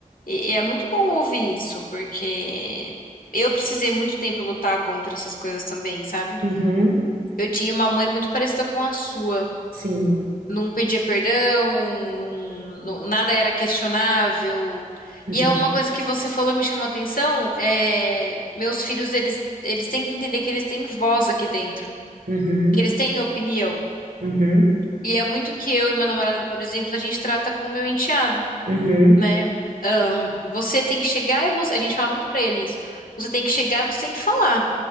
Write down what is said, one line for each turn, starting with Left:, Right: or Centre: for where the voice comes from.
Left: E, e é muito bom ouvir isso, porque eu precisei muito tempo lutar contra essas coisas também, sabe?
Right: Uhum.
Left: Eu tinha uma mãe muito parecida com a sua.
Right: Sim.
Left: Não pedia perdão, não, não- nada era questionável.
Right: Uhum.
Left: E é uma coisa que você falou, me chamou a atenção, é, meus filhos, eles, eles têm que entender que eles têm voz aqui dentro,
Right: Uhum.
Left: que eles têm opinião.
Right: Uhum.
Left: E é muito que eu e meu namorado, por exemplo, a gente trata com o meu enteado.
Right: Uhum.
Left: né? Ahn, você tem que chegar e você. A gente fala muito pra eles. Você tem que chegar e você tem que falar.